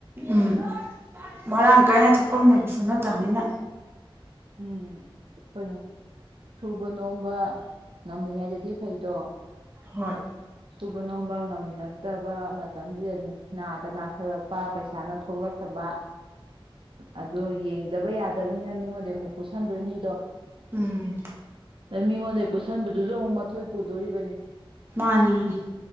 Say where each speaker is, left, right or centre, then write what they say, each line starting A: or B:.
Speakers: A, on the right; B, on the right.
A: ꯎꯝ ꯃꯔꯥꯡ ꯀꯥꯏꯅ ꯊꯣꯛꯐꯝ ꯂꯩꯕꯁꯨ ꯅꯠꯇꯕꯅꯤꯅ
B: ꯎꯝ ꯍꯣꯏꯅꯦ ꯁꯨꯕ ꯅꯣꯝꯕ ꯉꯝꯃꯤꯉꯩꯗꯗꯤ ꯐꯩꯗꯣ
A: ꯍꯣꯏ
B: ꯁꯨꯕ ꯅꯣꯝꯕ ꯉꯝꯂꯛꯇꯕ ꯃꯇꯝꯁꯤꯗ ꯅꯥꯒ ꯅꯥꯁꯜꯂꯛꯄ ꯄꯩꯁꯥꯅ ꯊꯣꯛꯂꯛꯇꯕ ꯑꯗꯨꯗ ꯌꯦꯡꯗꯕ ꯌꯥꯗꯕꯅꯤꯅ ꯃꯤꯉꯣꯟꯗꯩ ꯑꯃꯨꯛ ꯄꯨꯁꯟꯗꯣꯏꯅꯤꯗꯣ
A: ꯎꯝ
B: ꯑꯗꯩꯩ ꯃꯤꯉꯣꯟꯗꯩ ꯄꯨꯁꯟꯕꯗꯨꯁꯨ ꯑꯃꯨꯛ ꯃꯊꯣꯏ ꯄꯨꯗꯣꯔꯤꯕꯅꯤ
A: ꯃꯥꯅꯤ ꯃꯥꯅꯤ